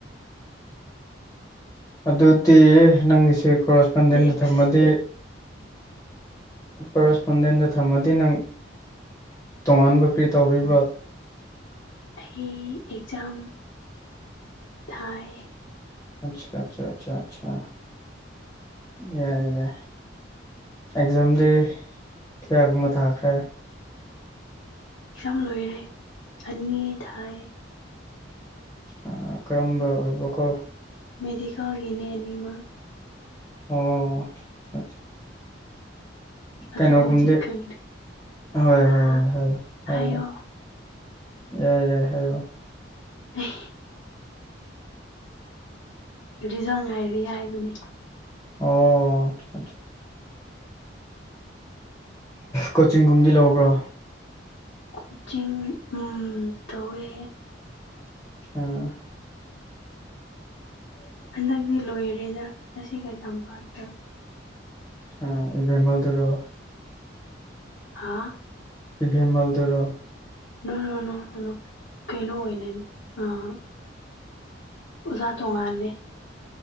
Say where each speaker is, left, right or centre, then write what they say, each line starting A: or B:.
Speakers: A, on the left; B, on the left.
A: ꯑꯗꯨꯗꯤ ꯅꯪꯒꯤꯁꯦ ꯀꯣꯔꯦꯁꯄꯟꯗꯦꯟꯗ
B: ꯇꯦꯛꯁ
A: ꯊꯝꯃꯗꯤ ꯀꯣꯔꯦꯁꯄꯣꯟꯗꯦꯟꯗ ꯊꯝꯃꯗꯤ ꯅꯪ ꯇꯣꯉꯥꯟꯕ ꯀꯔꯤ ꯇꯧꯔꯤꯕ꯭ꯔꯣ
B: ꯍꯤ ꯑꯦꯛꯖꯥꯝ ꯊꯥꯏꯌꯦ
A: ꯑꯆꯥ ꯑꯆꯥ ꯑꯆꯥ ꯑꯆꯥ ꯌꯥꯏ ꯌꯥꯏ ꯑꯦꯛꯖꯥꯝꯗꯤ ꯀꯌꯥꯒꯨꯝꯃ ꯊꯥꯈ꯭ꯔꯦ
B: ꯑꯦꯛꯖꯥꯝ ꯂꯣꯏꯔꯦ ꯑꯅꯤ ꯊꯥꯏ
A: ꯑꯥ ꯀꯔꯝꯕ ꯑꯣꯏꯕꯀꯣ
B: ꯃꯦꯗꯤꯀꯜꯒꯤꯅꯦ ꯑꯅꯤꯃꯛ
A: ꯑꯣ ꯑꯁꯥ ꯁꯥ
B: ꯑꯗꯣ
A: ꯀꯩꯅꯣꯒꯨꯝꯗꯤ
B: ꯍꯧꯖꯤꯛ ꯈꯪꯗꯦ
A: ꯍꯣꯏ
B: ꯍꯥ
A: ꯍꯣꯏ ꯍꯣꯏ ꯍꯣꯏ ꯍꯩꯌꯣ
B: ꯍꯥꯏꯌꯣ
A: ꯌꯥꯏ ꯌꯥꯏ ꯍꯥꯏꯌꯣ
B: <unintelligible> ꯔꯤꯖꯜ ꯉꯥꯏꯔꯤ ꯍꯥꯏꯕꯅꯦ
A: ꯑꯣ ꯑꯆꯥ ꯑꯆꯥ ꯀꯣꯆꯤꯡꯒꯨꯝꯗꯤ ꯂꯧꯕ꯭ꯔꯣ
B: ꯀꯣꯆꯤꯡ ꯎꯝ ꯇꯧꯋꯦ
A: ꯑꯁꯥ
B: ꯍꯟꯗꯛꯇꯤ ꯂꯣꯏꯔꯦꯗ ꯉꯁꯤ ꯀꯩꯁꯥꯝꯄꯥꯠꯇ
A: <unintelligible>
B: ꯍꯥꯥ
A: ꯏꯚꯦꯝꯃꯜꯗꯨꯨꯔꯣ
B: ꯅꯣꯅꯣꯅꯣ ꯑꯅꯣ ꯀꯩꯅꯣ ꯑꯣꯏꯅꯅꯤ ꯑꯥ ꯑꯣꯖꯥ ꯇꯣꯉꯥꯜꯂꯦ